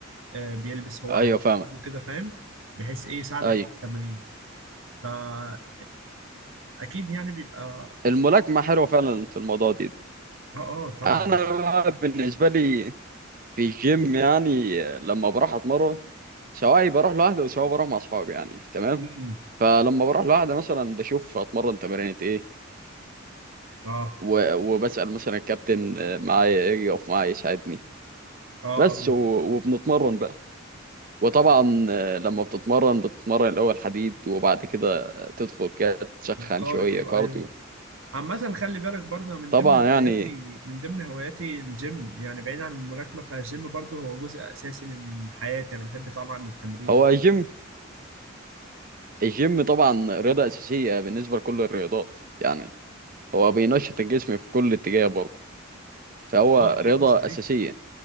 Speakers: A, on the right; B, on the right.
A: آه، بيلبس هو
B: ايوه
A: حاجات
B: فاهمك
A: كده فاهم بحيث ايه يساعدك
B: ايوه
A: على التمرين ف آه، اكيد يعني بيبقى اه
B: الملاكمه حلوه فعلا في الموضوع دي
A: اه طبعا
B: انا بقى بالنسبه لي في الجيم يعني لما بروح اتمرن سواء بروح لوحدي وسواء بروح مع اصحابي يعني تمام
A: م-م.
B: فلما بروح لوحدي مثلا بشوف اتمرن تمارين ايه
A: اه
B: و- وبسال مثلا الكابتن آه، معايا ايه يقف معايا يساعدني
A: اه
B: بس
A: اه
B: و- وبنتمرن بقى وطبعا آه، لما بتتمرن بتتمرن الأول حديد وبعد كده تدخل كده تسخن
A: الكارديو
B: شوية كارديو
A: ايوه عامة خلي بالك برضه من
B: طبعا
A: ضمن
B: يعني
A: هواياتي من ضمن هواياتي الجيم يعني بعيد عن الملاكمة فالجيم برضه هو جزء اساسي من حياتي انا بحب طبعا التمرين
B: هو الجيم الجيم طبعا رياضة أساسية بالنسبة لكل الرياضات يعني هو بينشط الجسم في كل اتجاه برضه فهو
A: اه
B: رياضة
A: اه اه صحيح
B: أساسية